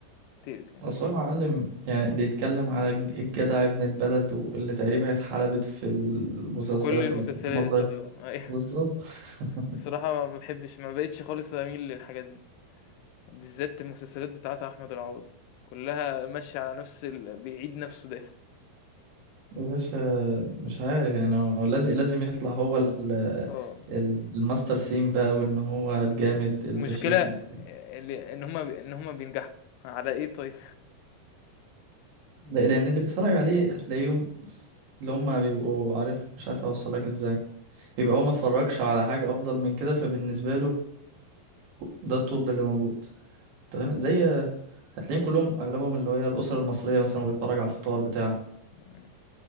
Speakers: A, on the left; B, on the right.
A: تقرف يعني،
B: أصل هو معلم يعني بيتكلم على الج- الجدع ابن البلد واللي تقريبا اتحلبت في المسلسلات
A: في كل المسلسلات
B: والأفلام المصرية
A: آه، أيوه
B: بالظبط <laughs>
A: بصراحة ما باحبش ما بقيتش خالص أميل للحاجات دي، بالذات المسلسلات بتاعة أحمد العوضي، كلها ماشية على نفس ال بيعيد نفسه دايمًا.
B: يا باشا مش عارف يعني هو لازم لازم يطلع هو ال-
A: آه.
B: ال- الماستر سين بقى وإن هو الجامد الفشيخ
A: المشكلة
B: ال-
A: اللي إن هما بي- إن هما بينجحوا على إيه طيب؟
B: لا- لأن اللي بيتفرج عليه هتلاقيهم اللي هما بيبقوا عارف مش عارف أوصلك إزاي بيبقى هو متفرجش على حاجة أفضل من كده فبالنسبة له ده الطب اللي موجود تمام زي هتلاقيهم كلهم اغلبهم اللي هي الاسر المصريه مثلا وبيتفرج على الفطار بتاع
A: مم.